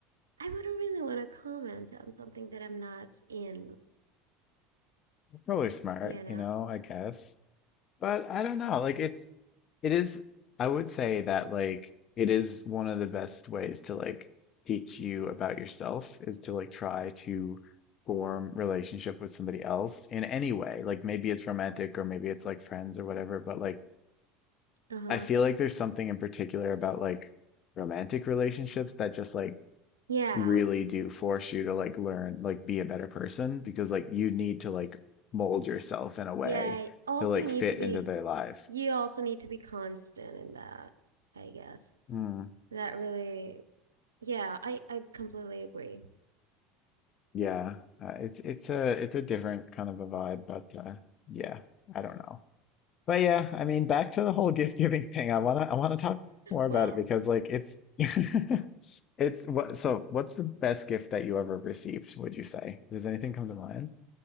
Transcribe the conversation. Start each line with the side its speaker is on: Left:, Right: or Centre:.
Right: I wouldn't really want to comment on something that I'm not in,
Left: Probably smart,
Right: you know?
Left: you know, I guess. But I don't know. Like it's it is I would say that like it is one of the best ways to like teach you about yourself is to like try to form relationship with somebody else in any way. Like maybe it's romantic or maybe it's like friends or whatever, but like
Right: Uh-huh.
Left: I feel like there's something in particular about like romantic relationships that just like
Right: Yeah.
Left: really do force you to like learn like be a better person because like you need to like mold yourself in a way
Right: Yeah. Also,
Left: to like
Right: you need
Left: fit
Right: to be,
Left: into their life.
Right: you also need to be constant in that, I guess.
Left: Mm,
Right: That really, yeah, I, I completely agree.
Left: yeah, uh, it's it's a it's a different kind of a vibe, but uh, yeah, I don't know. But yeah, I mean, back to the whole <laughs> gift giving thing. I wanna I wanna talk more about
Right: Well,
Left: it because like it's <laughs> it's what so what's the best gift that you ever received, would you say? Does anything come to mind?